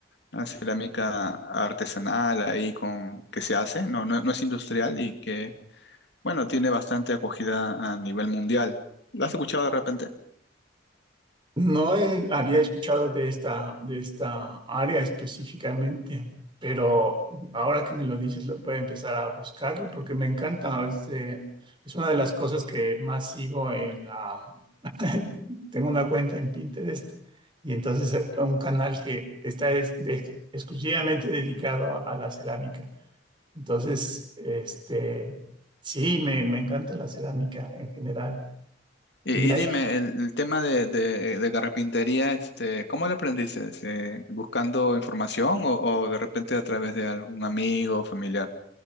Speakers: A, on the left (about 60°); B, on the right (about 25°).
A: una cerámica artesanal ahí con que se hace, no, no, no es industrial y que, bueno, tiene bastante acogida a nivel mundial. ¿La has escuchado de repente?
B: No eh, había escuchado de esta, de esta área específicamente, pero ahora que me lo dices, lo- voy a empezar a buscarlo porque me encanta. Es, eh, es una de las cosas que más sigo en la... <laughs> Tengo una cuenta en Pinterest y entonces eh, un canal que está es- de- exclusivamente dedicado a la cerámica. Entonces, este, sí, me, me encanta la cerámica en general.
A: Y,
B: Y
A: y
B: ahí
A: dime, el, el tema de, de- de carpintería, este, ¿cómo lo aprendiste? ¿Se- ¿Buscando información o, o de repente a través de algún amigo o familiar?